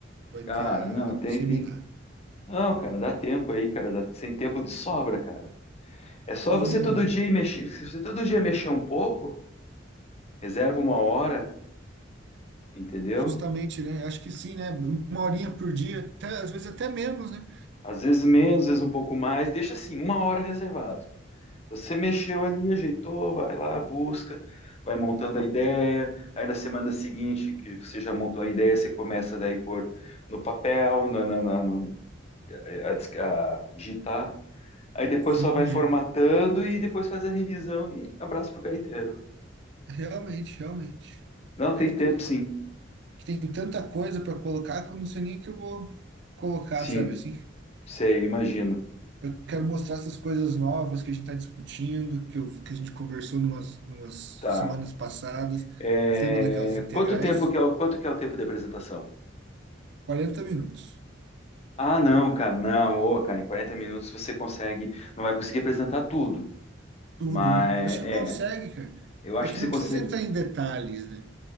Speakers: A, on the right (about 60°); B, on the left (about 35°).
A: vai
B: Cara,
A: ter a,
B: não, tem,
A: o seminário.
B: tem Não, cara, dá tempo aí, cara, dá- sem tempo de sobra, cara. É só
A: Sim,
B: você todo dia ir mexer, se você todo dia mexer um pouco, reserva uma hora, entendeu?
A: justamente, né? Acho que sim, né? Uma horinha por dia, até, às vezes até menos, né?
B: Às vezes menos, às vezes um pouco mais, deixa assim, uma hora reservado. Você mexeu ali, ajeitou, vai lá, busca, vai montando a ideia, aí na semana seguinte que você já montou a ideia, você começa daí por no papel, na, na, na- no- a, dis- a digitar, aí depois
A: Sim,
B: só vai formatando
A: Gê.
B: e depois faz a revisão e abraço pro gaiteiro.
A: realmente, realmente.
B: Não, tem
A: É que,
B: tempo,
A: t-
B: sim.
A: que tem tanta coisa para colocar que eu não sei nem o que eu vou colocar,
B: Sim,
A: sabe assim?
B: sei, imagino.
A: Eu quero mostrar essas coisas novas que a gente está discutindo, que, eu- que a gente conversou numas, numas
B: Tá.
A: semanas passadas.
B: É,
A: Você lembra daquelas integrais?
B: Quanto tempo que é o... Quanto que é o tempo de apresentação?
A: quarenta minutos.
B: Ah, não, cara, não. Ô, cara, em 40 minutos você consegue... Não vai conseguir apresentar tudo.
A: Tudo,
B: Mas,
A: né? Eu acho que
B: é...
A: consegue, cara.
B: Eu acho
A: É que
B: que você
A: não
B: consegue...
A: precisa entrar em detalhes, né?